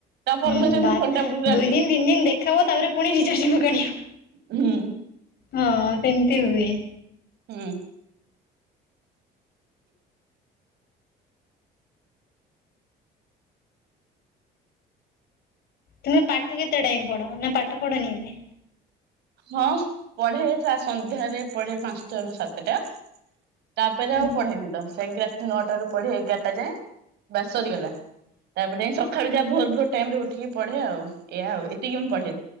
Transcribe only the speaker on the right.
ତା ପରଦିନ
ଯେମିତି
ଫୋନ ଟା ପୁରା
ହୁଁ।
ହୁଁ।
ହଁ ପଢେ ସା ସନ୍ଧ୍ୟାରେ ପଢେ ପାଞ୍ଚଟାରୁ ସାତଟା। ତାପରେ
ଆଉ ପଢେନି ତ ସେଇଙ୍କି ରାତି ନଅଟା ରୁ ପଢେ ଏଗାରଟା ଯାଏଁ ବା ସରିଗଲା। ତାପରେ ସକାଳୁ ଯା ଭୋର ଭୋର ଟାଇମ୍ ରେ ଉଠିକି ପଢେ ଆଉ ଏଆ ଆଉ ଏତିକି ମୁଁ ପଢେ